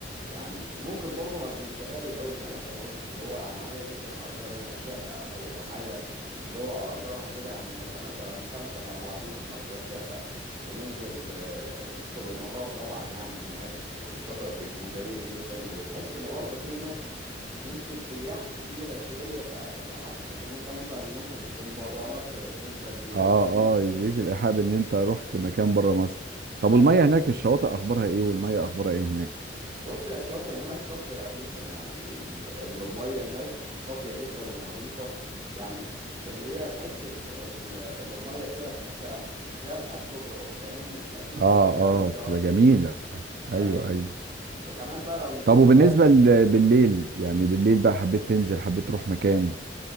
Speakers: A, on the right; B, on the right.
A: يعني ممكن برضه ما تكونش غالي قوي زي ما انت ما قلت اللي هو يعني عادي ممكن اجر هناك شقه او حاجه اللي هو اجرها كده يعني نبقى مثلا خمسه مع بعضينا نأجر شقه وننزل آه، طول النهار طبعا يعني هناك الشاطئ بيكون جميل جدا وتحس ان برضه في هناك نسبة سياح كتيرة شوية فيحسسك ان انت مثلا ممكن تكون برا مصر بنسبة كبيرة
B: اه
A: فاهمني؟
B: اه يديك الإيحاء ان انت رحت مكان بره مصر طب
A: ايوه
B: والمية هناك الشواطئ اخبارها ايه والمية اخبارها ايه هناك
A: بص يا الشاطئ هناك صافية جدا يعني ال- المية هناك صافية جدا ونظيفة يعني اللي هي تحس ال- ال- المية كده تحسها زرقاء بتبرق فاهمني انت اكيد
B: اه
A: فاهم
B: اه
A: الشعور
B: بتبقى
A: دي
B: جميلة
A: ده
B: ايوه
A: ايوه
B: ايوه
A: وكمان بقى لو نزلت
B: طب وبالنسبة
A: دايفنج
B: ل-
A: في
B: بالليل
A: ال...
B: يعني بالليل بقى حبيت تنزل حبيت تروح مكان